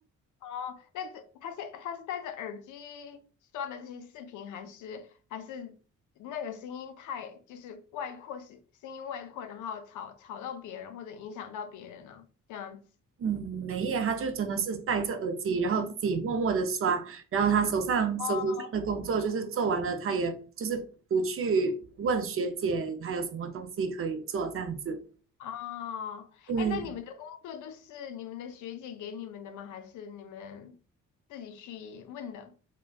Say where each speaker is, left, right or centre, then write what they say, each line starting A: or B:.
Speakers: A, on the left; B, on the right.
A: 哦，那这他现他是戴着耳机刷的这些视频，还是还是那个声音太就是外扩是声音外扩，然后吵吵到别人或者影响到别人呢？这样子。
B: 嗯，没耶，他就真的是戴着耳机，然后自己默默的刷，然后他手上手头上的工作就是做完了，
A: 哦
B: 他也就是不去问学姐还有什么东西可以做这样子。
A: 哦，
B: 对，
A: 哎，那你们的工作都是你们的学姐给你们的吗？还是你们自己去问的？